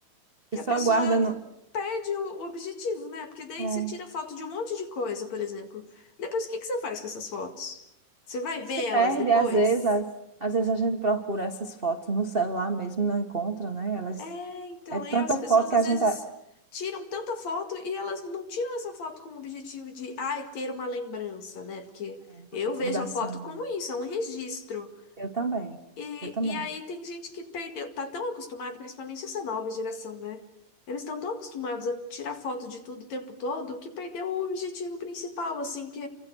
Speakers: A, on the left; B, on the right.
A: que
B: E só
A: a pessoa
B: guarda no...
A: perde o, o objetivo, né? Porque daí
B: É.
A: você tira foto de um monte de coisa, por exemplo. Depois o que que você faz com essas fotos? Você vai
B: Se
A: ver
B: perde,
A: elas depois?
B: às vezes, às, às vezes a gente procura essas fotos no celular mesmo e não encontra, né? Elas...
A: É, então,
B: É tanta
A: e as pessoas
B: foto que
A: às
B: a gente...
A: vezes
B: é
A: tiram tanta foto e elas não tiram essa foto com o objetivo de, ai, ter uma lembrança, né? Porque
B: Uma
A: eu
B: recordação.
A: vejo a foto como isso, é um registro.
B: Eu também.
A: E,
B: Eu também.
A: e aí tem gente que perdeu, tá tão acostumado, principalmente essa nova geração, né? Eles estão tão acostumados a tirar foto de tudo o tempo todo que perdeu o objetivo principal, assim, que